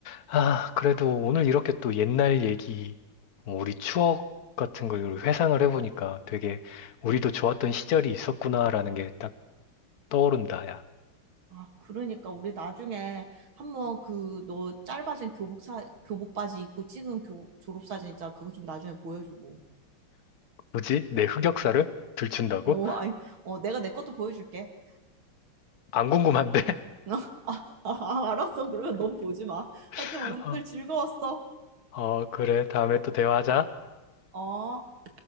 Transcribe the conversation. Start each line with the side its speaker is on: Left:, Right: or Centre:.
Left: 아, 그래도 오늘 이렇게 또 옛날 얘기, 어, 우리 추억 같은 걸 회상을 해보니까 되게 우리도 좋았던 시절이 있었구나라는 게 딱 떠오른다, 야.
Right: 아, 그러니까 우리 나중에 한번 그 너 짧아진 교복 사 교복 바지 입고 찍은 교 졸업 사진 있잖아. 그거 좀 나중에 보여주고.
Left: 뭐지? 내 흑역사를 들춘다고?
Right: 어, 아니, 어, 내가 내 것도 보여줄게.
Left: 안 궁금한데?
Right: <laughs> 아, 알았어. 그러면 넌 보지 마. 하여튼
Left: <laughs>
Right: 오늘 즐거웠어.
Left: 어, 그래. 다음에 또 대화하자.
Right: 어.